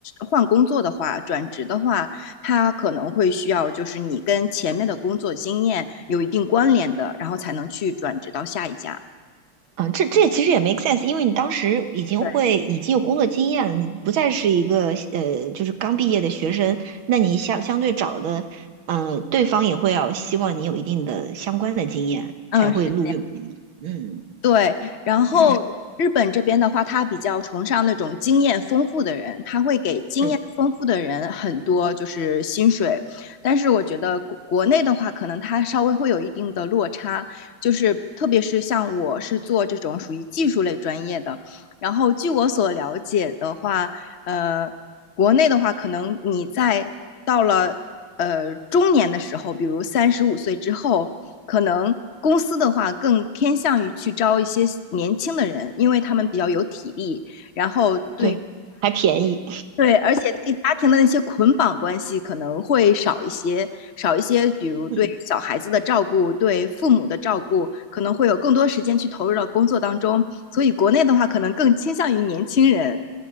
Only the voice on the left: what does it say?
换工作的话，转职的话，它可能会需要就是你跟前面的工作经验有一定关联的，然后才能去转职到下一家。
对，
嗯，是
对，然后日本这边的话，
他比较崇尚那种经验丰富的人，他会给经验丰富的人很多就是薪水，
但是我觉得国国内的话，可能他稍微会有一定的落差，就是特别是像我是做这种属于技术类专业的，然后据我所了解的话，呃，国内的话，可能你在到了呃中年的时候，比如三十五岁之后，可能公司的话更偏向于去招一些年轻的人，因为他们比较有体力，然后对
对，而且对家庭的那些捆绑关系可能会少一些，少一些，比如对小孩子的照顾，
对父母的照顾，可能会有更多时间去投入到工作当中。所以国内的话，可能更倾向于年轻人。